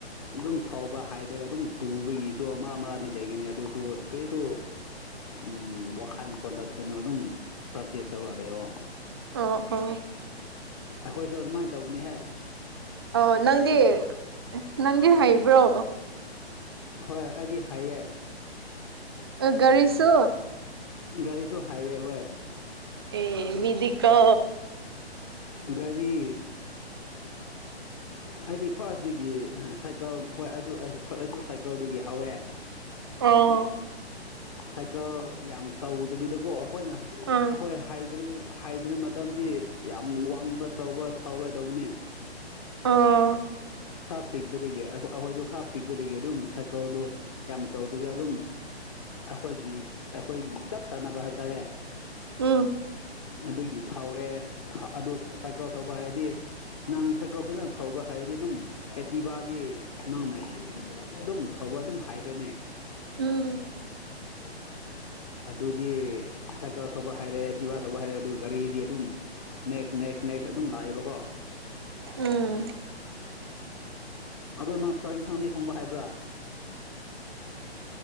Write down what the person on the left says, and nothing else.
ꯑꯗꯨꯝ ꯊꯧꯕ ꯍꯥꯏꯗ꯭ꯔꯒ ꯑꯗꯨꯝ ꯇꯨꯕꯒꯤꯁꯨ ꯃꯔꯥ ꯃꯔꯥꯡꯗꯤ ꯂꯩꯒꯅꯤ ꯑꯗꯨꯁꯨ ꯀꯔꯤꯁꯨ ꯎꯝ ꯋꯥꯈꯜ ꯁꯣꯟꯗꯀꯅꯣ ꯑꯗꯨꯝ ꯄ꯭ꯔꯦꯇꯤꯁ ꯇꯧꯔꯛꯂ ꯂꯩꯌꯣ
ꯑꯩꯈꯣꯏꯁꯨ ꯑꯗꯨꯃꯥꯏꯅ ꯇꯧꯕꯅꯤꯍꯦ
ꯍꯣꯏ ꯑꯩꯗꯤ ꯍꯥꯏꯌꯦ
ꯒꯥꯔꯤꯁꯨ ꯍꯩꯑꯦ ꯍꯣꯢ
ꯒꯔꯤ
ꯑꯩꯗꯤ ꯐꯥꯔꯁꯇꯒꯤ ꯁꯥꯏꯀꯜ ꯍꯣꯏ ꯑꯩꯁꯨ ꯑꯩꯁꯨ ꯁꯥꯏꯀꯜꯗꯒꯤ ꯍꯧꯋꯦ
ꯁꯥꯏꯀꯜ ꯌꯥꯝ ꯆꯥꯎꯗꯕꯤꯗꯀꯣ ꯑꯩꯈꯣꯏꯅ ꯑꯩꯈꯣꯏ
ꯍꯥꯏꯗꯔꯤꯕ ꯍꯥꯏꯗ꯭ꯔꯤ ꯃꯇꯝꯗꯤ ꯌꯥꯝ ꯋꯥꯡꯕ ꯆꯥꯎꯕ ꯊꯧꯔꯣꯏꯗꯧꯕꯅꯤ
ꯈꯔ ꯄꯤꯛꯄꯗꯒꯤ ꯑꯩꯈꯣꯏꯁꯨ ꯈꯔ ꯄꯤꯛꯄꯗꯒꯤ ꯑꯗꯨꯝ ꯁꯥꯏꯀꯜꯗꯣ ꯌꯥꯝ ꯆꯥꯎꯧꯗꯕꯤꯗ ꯑꯗꯨꯝ ꯑꯩꯈꯣꯏꯒꯤ ꯑꯩꯈꯣꯏꯒꯤ ꯆꯞ ꯆꯥꯅꯕ ꯍꯥꯏꯕ ꯇꯥꯔꯦ
ꯑꯗꯨꯒꯤ ꯊꯧꯔꯦ ꯑꯗꯨ ꯁꯥꯏꯀꯜ ꯊꯧꯕ ꯍꯥꯏꯔꯗꯤ ꯅꯥꯡ ꯁꯥꯏꯀꯜ ꯐꯖꯅ ꯊꯧꯕ ꯍꯥꯏꯔꯗꯤ ꯑꯗꯨꯝ ꯑꯦꯇꯤꯚꯗꯤ ꯅꯪꯅ ꯑꯗꯨꯝ ꯊꯧꯕ ꯑꯗꯨꯝ ꯍꯥꯏꯈ꯭ꯔꯅꯤ
ꯑꯗꯨꯗꯤ ꯁꯥꯏꯀꯜ ꯊꯧꯕ ꯍꯥꯏꯔꯦ ꯇꯤꯚꯥ ꯊꯧꯕ ꯍꯥꯏꯔꯦ ꯑꯗꯨꯒ ꯒꯥꯔꯤꯗꯤ ꯑꯗꯨꯝ ꯅꯦꯛꯁ ꯅꯦꯛꯁ ꯅꯦꯛꯁ ꯑꯗꯨꯝ ꯂꯥꯛꯑꯦꯕꯀꯣ
ꯑꯗꯣ ꯅꯪ ꯆꯛ ꯏꯟꯁꯥꯡꯗꯤ ꯊꯣꯡꯕ ꯍꯩꯕ꯭ꯔꯥ